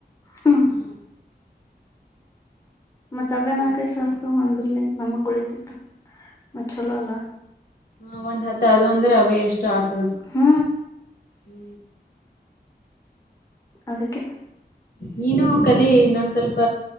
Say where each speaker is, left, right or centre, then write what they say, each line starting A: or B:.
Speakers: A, on the left (about 20°); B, on the left (about 55°).
A: ಹ್ಮ್
B: ಹಾ
A: ಮತ್ ಅವೆ ನಾಕೈದ ಸಾವಿರ ರೂಪಾಯಿ ಒಂದ್ರಲಿಂದ ನಮಗ ಉಳತಿತ್ತ ಮತ್ ಚಲೋ ಅಲ್ಲ.
B: ಹ ಒಂದ್ ಹತ್ ಅದು ಅಂದ್ರೆ ಅವೇ ಎಷ್ಟು ಆತದ.
A: ಹು
B: ಹ್ಞೂ
A: ಅದಕ್ಕೆ
B: ನೀನು ಕಲಿ ಇನ್ನೊಂದ್ ಸ್ವಲ್ಪ